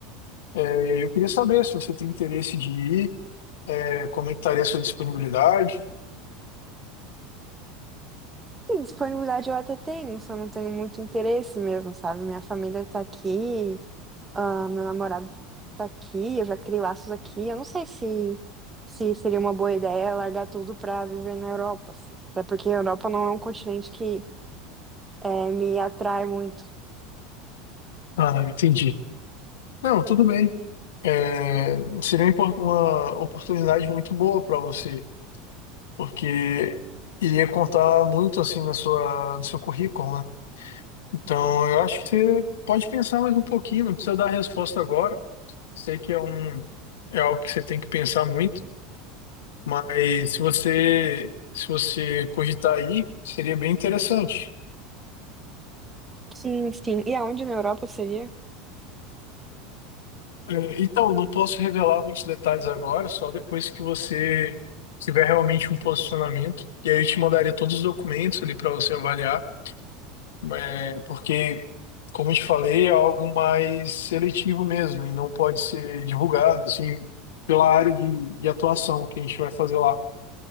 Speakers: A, on the left; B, on the right.
A: É, E aí eu queria saber se você tem interesse de ir, é, como é que estaria a sua disponibilidade.
B: Sim, disponibilidade eu até tenho, só não tenho muito interesse mesmo, sabe? Minha família tá aqui, ah, meu namorado tá aqui, eu já criei laços aqui. Eu não sei se, se seria uma boa ideia largar tudo pra viver na Europa, assim. Até porque a Europa não é um continente que eh, me atrai muito.
A: Ah, entendi. Não, tudo bem. É, seria uma impor- uma oportunidade muito boa para você, porque iria contar muito assim na sua, do seu currículo, né? Então eu acho que você pode pensar mais um pouquinho, não precisa dar a resposta agora. Sei que é um, é algo que você tem que pensar muito. Mas se você se você cogitar aí, seria bem interessante.
B: Sim, sim. E aonde na Europa seria?
A: É, então, não posso revelar muitos detalhes agora, só depois que você tiver realmente um posicionamento. E aí eu te mandaria todos os documentos ali para você avaliar, é, porque, como eu te falei, é algo mais seletivo mesmo e não pode ser divulgado assim pela área de, de atuação que a gente vai fazer lá.